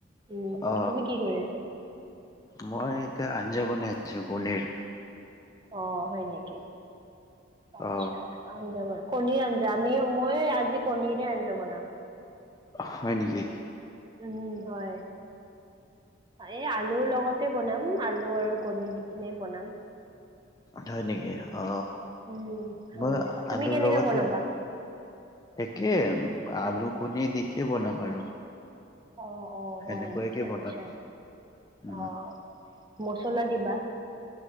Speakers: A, on the right; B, on the left.
A: উম
B: অ
A: তুমি কি কৰি আছা?
B: মই এতিয়া আঞ্জা বনাই আছো কণীৰ।
A: অ হয় নেকি? আচ্ছা।
B: অ
A: আঞ্জা, কণীৰ আঞ্জা আমি মই আজি কণীৰে আঞ্জা বনাম।
B: হয় নিকি?
A: উম হয়। এই আলুৰ লগতে বনাম আলু আৰু কণী দি কিনে বনাম।
B: হয় নেকি? অ
A: উম, হয়।
B: মই
A: তুমি
B: আলুৰ
A: কেনেকে
B: লগতে
A: বনাবা?
B: একে আলু, কণী দিকে বনাম আৰু।
A: অ অ
B: সেনেকুৱাকে
A: হয় নেকি? আচ্ছা,
B: বনাম উম
A: অ মচলা দিবা?